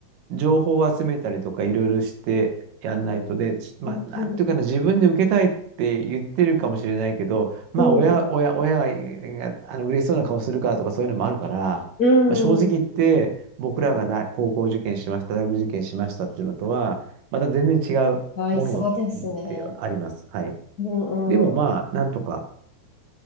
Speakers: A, on the right (about 75°); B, on the left (about 75°).
A: 情報を集めたりとかいろいろしてやんないとで、まあ、
B: うん
A: なんていうかな、自分で受けたいって言ってるかもしれないけど、まあ、
B: うん
A: 親、親、親が、があの嬉しそうな顔するからとかそういうのもあるから、
B: うん。
A: まあ、正直言って、僕らが大高校受験しました、大学受験しましたっていうのとは、また全然違うもの
B: 合いそうですね。
A: ではあります。はい。
B: うんう
A: でもまあ、なんとか。